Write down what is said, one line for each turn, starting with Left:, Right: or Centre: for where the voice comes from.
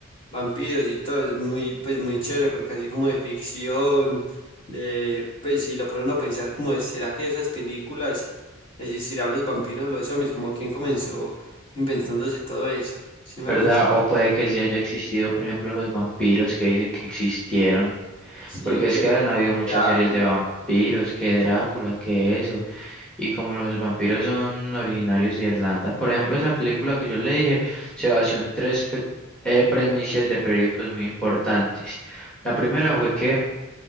Left: vampiros y todo, es muy, pues muy chévere porque así como de ficción, de, pues si lo pone uno a pensar como de, ¿será que esas películas existirán los vampiros o los zombies? Como quién comenzó inventándose todo eso, ¿sí me
Centre: ¿Verdad?
Left: hago entender?
Centre: O puede que sí haya existido, por ejemplo, los vampiros que dicen que existieron.
Left: Sí,
Centre: Porque es
Left: que
Centre: que han habido muchas
Left: Drácula,
Centre: series de vampiros, que Drácula, que eso. Y como los vampiros son originarios de Irlanda, por ejemplo, esa película que yo le dije se basó en tres pe- eh, premisas de periódicos muy importantes. La primera fue que